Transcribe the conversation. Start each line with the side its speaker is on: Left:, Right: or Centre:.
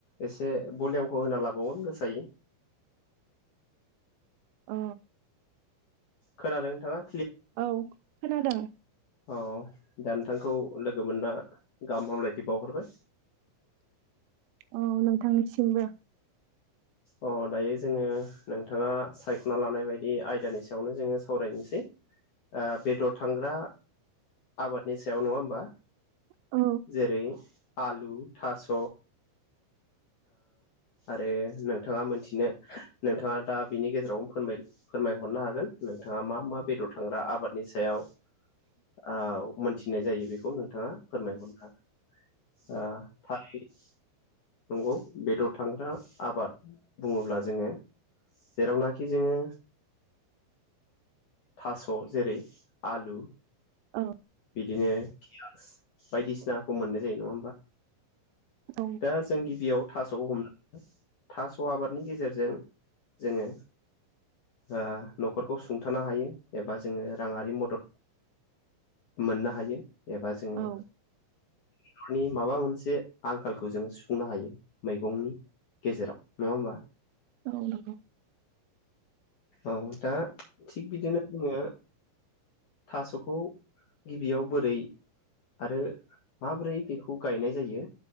Left: एसे भलिमखौ होना लाबावगोन गोसायै।
Right: औ।
Left: खोनादों नोंथाङा।
Right: औ खोनादों।
Left: अ दा नोंथांखौ लोगो मोनना गाहाम हामलायथि बावहरबाय
Right: औ नोंथांनिसि मबो
Left: अ दायो जोङो नोंथाङा सायख'ना लानाय बायदि आयदानि सायावनो जोङो सावरायनोसै बेदर थांग्रा आबादनि सायाव नङा होमबा?
Right: औ
Left: जेरै आलु थास' आरो नोंथाङा मोनथिनो नोंथाङा दा बिनि गेजेरावनो फोरमाय फोरमायह मोननो हागोन नोंथाङा मा मा बेदर थांग्रा आबादनि सा सायाव औ मोनथिनाय जायो बे खौ नोंथाङा फोरमायहरनो हागोन ओ थालि नंगौ बेदर थांग्रा आबाद बुङोब्ला जोङो जेरावनाखि जोङो थास' जेरै आलु
Right: औ
Left: बिदिनो <unintelligible> बायदिसिनाखौ मोननाय जायो नङा होमबा?
Right: औ
Left: दा जों गिबियाव थास' हमनो ह थास' आबादनि गेजेरजों जोङो ओ न'खरखौ सुंथानो हायो एबा जोङो राङारि मदद मोननो हायो। एबा जोङो
Right: औ
Left: बेरनि माबा मोनसे आंखालखौ जोङो सुफुंनो हायो मैगंनि गेजेराव नङा होमबा?
Right: औ नंगौ
Left: औ दा थिग बिदिनो जोङो थास'खौ गिबियाव बोरै आरो माबोरै बेखौ गायनाय जायो